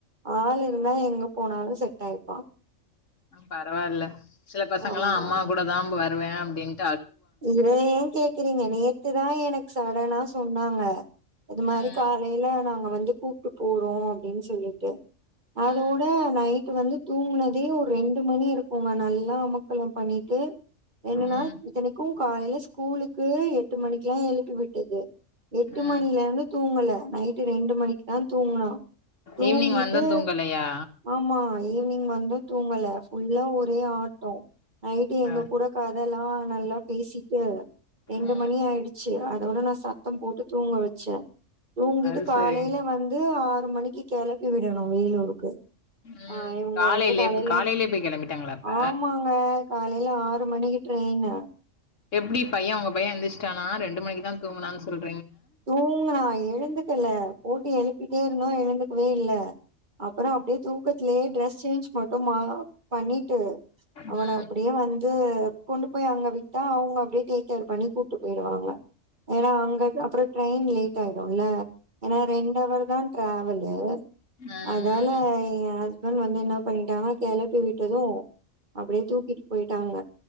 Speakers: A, on the right; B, on the left.
A: ஆள் இருந்தா எங்க போனாலு செட் ஆயிப்பா
B: பரவா இல்ல சில பசங்கல்லா
A: ஆமா
B: அம்மா கூட தா போவ வே அப்டின்
A: இத ஏ கேக்குறீங்க நேத்துதா எனக் சடனா சொன்னாங்க இது மாரி
B: ம்
A: காலைல நாங்க வந்து கூப்ட்டு போறோ அப்டின் சொல்லிட்டு அதோட
B: ம்
A: நைட்டு வந்து தூங்குனதே ஒரு ரெண் டு மணி இருக்குங்க நல்லா அமக்களம் பண்ணிட் டு என்னனா
B: ம்
A: இத்தனைக் கு காலைல ஸ்கூலுக்கு எட்டு மணிக்குல்லா எழுப்பி விட்டது எட்டு
B: ம்
A: மணிலேருந்து தூங்கல நைட்டு ரெண்டு மணிக்கு தா தூங்குனா தூங்கிட்டு
B: ஈவினிங் வந்து தூங்கலையா
A: ஆமா ஈவ்னிங் வந்து தூங்கல ஃபுல்லா ஒரே ஆட்டொ நைட்டு எங்க
B: அ
A: கூட க தல்லா நல்லாப் பேசிட்டு ரெண்டு
B: ம்
A: மணி ஆயிடுச்சி அதோட நா சத்தம் போட்டு தூங்க வச்சே தூங்கிட்டு
B: அது
A: காலைல
B: சரி
A: வந்து ஆறு மணிக் க்கி கெளப்பி விடணு வேலூருக்கு
B: ம்
A: ஆஹ் இவுங்க
B: காலையிலே
A: வந்து காலைல
B: காலையிலே போய் கெளம்பிட்டாங்களா அப்ப
A: ஆமாங்க காலைல ஆறு மணிக்கு ட்ரைனு
B: எப்டி பைய உங்க பைய எந்த்ருச்சிட்டானா ரெண்டு மணிக்கு தா தூங்குனான் சொல்
A: தூங்கனா எழுந்துக்கல போட்டு எழுப்பிட்டே இருந்தோ எழுந்துக்கவே இல்ல அப்ற அப்டியே தூங் பக்கத்லயே டிரெஸ் சேஞ்ச் மட்டு மா பண்ணிட்டு
B: ம்
A: அவன அப்டியே வந்து த்து கொண்டு போய் அங்க விட்டா அவங்க அப்டியே டேக் கேர் பண்ணி கூட்டு போய்டுவாங்க ஏனா அங்க அப்றப் ட்ரெயின் லேட் ஆயிடுல்ல ஏன்னா ரெண்டவர்தா ட்ரெவல் ஏல
B: ம் ம்
A: அதால எ <unintelligible> அன் வந்து என்ன பண்ணிட்டாங்க கெளப்பி விட்டது அப்டியே தூக்கிட்டு போய்ட்டாங்க